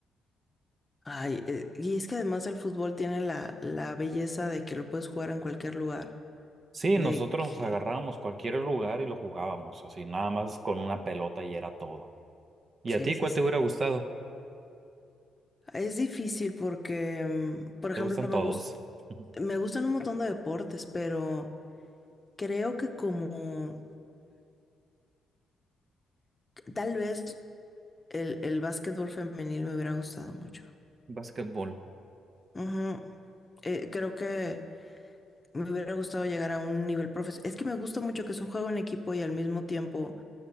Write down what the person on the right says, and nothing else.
Sí,
nosotros
agarrábamos cualquier lugar y lo jugábamos, así nada más con una pelota y era todo. ¿Y
a ti
cuál
te hubiera gustado?
¿Te gustan todos?
<laughs>
Básquetbol,